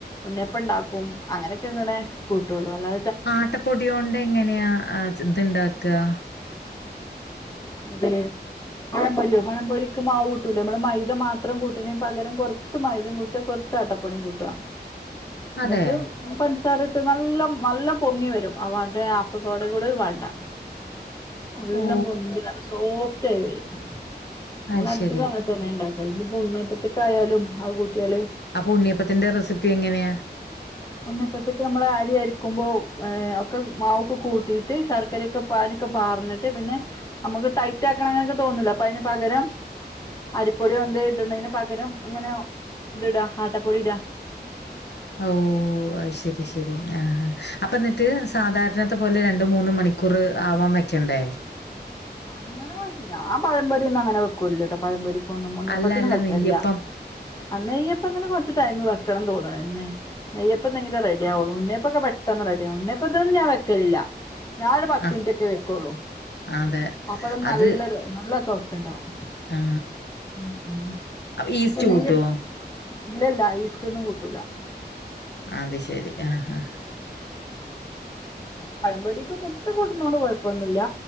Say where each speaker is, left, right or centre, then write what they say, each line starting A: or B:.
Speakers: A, on the left; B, on the left.
A: ഉണ്ണിയപ്പിണ്ടാ ക്കും അങ്ങനെക്കെ ഇങ്ങനെ കൂട്ടൊള്ളൂ അല്ലാ
B: ആട്ടപ്പൊട്യോങ്ങനെയാ ഇത്ണ്ടാക്കാ
A: അതെ പഴംപൊര്യോ പഴംപൊരിക്ക് മാവൂട്ടൂലേ നമ്മള് മൈദ മാത്രം കൂട്ട്നീ പകരം കൊറ ച്ച് മൈദം കൂട്ടാ കൊറച്ച് അട്ടപ്പൊടിം കൂട്ട
B: അതെ
A: ന്നട്ട് പൻസാര ഇട്ട് നല്ല നല്ല പൊങ്ങി വരും ആ മറ്റേ അപ്പസോടേം കൂടെ വേണ്ട. നല്ലം
B: ഓ
A: പൊന്തി നല്ല സോഫ്റ്റ് ആയി വരും ഞാൻ
B: അത്
A: അധികം
B: ശരി
A: അങ്ങന തന്നേ ഇണ്ടാ ചെലരിപ്പ ഉണ്ണി അപ്പത്തിക്കായാലും അത് കൂട്ടിയാല്
B: അപ്പൊ ഉണ്ണിയപ്പത്തിന്റെ റെസിപ്പി എങ്ങനെയാ?
A: ഉണ്ണിയപ്പത്ത്ക്ക് നമ്മള് അരിയരക്കുമ്പോ ഏഹ് ഒക്കെ മാവൊക്കെ കൂട്ടീട്ട് ശർക്കരെ ക്ക പാനിഒക്കെ പാർന്നിട്ട് പിന്നനമുക്ക് ടൈറ്റ് ആക്കണം അങ്ങനെക്കെ തോന്നൂലെ അപ്പൊ അയിന് പകരം അരിപ്പൊടി ഒന്ത ഇടണേന് പകരം ഇങ്ങനെ ഇതിടാ ആട്ടപ്പൊടി ഇടാ
B: ഓഹ് അത് ശരി ശരി ആഹ് അപ്പ എന്നിട്ട് സാധാരണത്തെ പോലെ ര ണ്ട് മൂന്ന് മണിക്കൂറ് ആവാൻ വെക്കണ്ടേ?
A: അങ്ങനെവരില്ല ഞാൻ പഴമ്പൊരി ഒന്നും അങ്ങനെ വെക്കൂല്ലാട്ടോ പഴമ്പൊരിക്കൊന്നും ഉണ്ണിയപ്പത്തിനും
B: അല്ല അല്ല
A: വെക്കലില്യ
B: നെയ്യപ്പം
A: അഹ് നെയ്യപ്പത്തിന് കൊറച്ച് ടൈമ് വെക്കണം തോന്നണ് നെയ്യപ്പം ന്നെങ്കിലെ റെഡിയാവുള്ളൂ ഉണ്ണ്യപ്പൊക്കെ പെട്ടെന്ന് റെഡിയാവും ഉണ്ണ്യപ്പത്തിന് ഞാൻ വെക്കലില്ല ഞാൻ ഒരു പത്തിൻന്റൊക്കെ
B: ആ
A: വെക്കെള്ളൂ
B: അതെ
A: അപ്പതന്നെ നല്ലൊര്
B: അത്
A: നല്ല സോഫ്റ്റ് ഇണ്ടാവും.
B: ആ
A: ഉം ഉം
B: ഈസ്റ്റ്
A: <unintelligible>
B: കൂട്ടുവോ
A: ഇല്ലില്ല ഈസ്റ്റൊന്നും കൂട്ടൂലാ
B: അത് ശെരി ആഹാ
A: പഴമ്പൊരിക്ക് മുട്ട കൂട്ടുന്നോണ്ട് കൊഴപ്പൊന്നുവില്ല